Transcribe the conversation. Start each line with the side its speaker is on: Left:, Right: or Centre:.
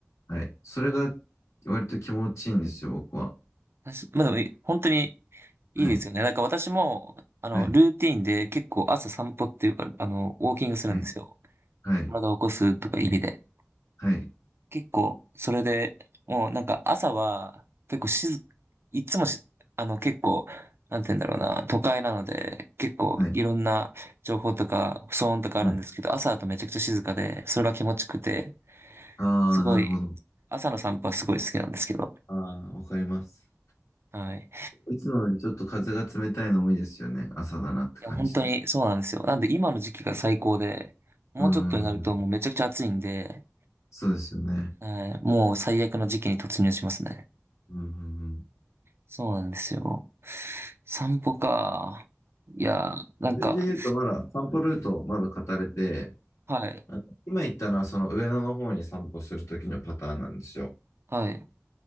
Left: はい。それが割と気持ちいいんですよ、僕は。
Right: 私まあでもい、本当にいいですよね。
Left: はい。
Right: なんか私も、あの、
Left: はい。
Right: ルーティンで結構朝散歩っていうか、あの、ウォーキングするんですよ。
Left: はい。はい。
Right: 体を起こすとか意味で。
Left: はい。
Right: 結構、それで、もうなんか朝は、結構静、いつもし、あの結構、なんて言うんだろうな、都会なので、結構いろんな情報とか騒音とかあるんですけど、
Left: はい。はい。
Right: 朝だとめちゃくちゃ静かで、それが気持ちよくて、
Left: ああー、
Right: すごい、
Left: なるほど。
Right: 朝の散歩はすごい好きなんですけど、
Left: ああ、わかります。
Right: はい。
Left: いつもよりちょっと風が冷たいのもいいですよね。朝だなって感じで。
Right: いや、本当にそうなんですよ。なんで今の時期が最高で、もうちょっとになるともうめちゃくちゃ暑いんで、
Left: うーん。そうですよね。
Right: はい、もう最悪の時期に突入しますね。
Left: うんうん
Right: そうなんですよ。散歩か。いやー、なんか、
Left: それで言うと、まだ散歩ルート、まだ語れて、
Right: はい、
Left: あの今言ったのはその上野の方に散歩するときのパターンなんですよ。
Right: はい。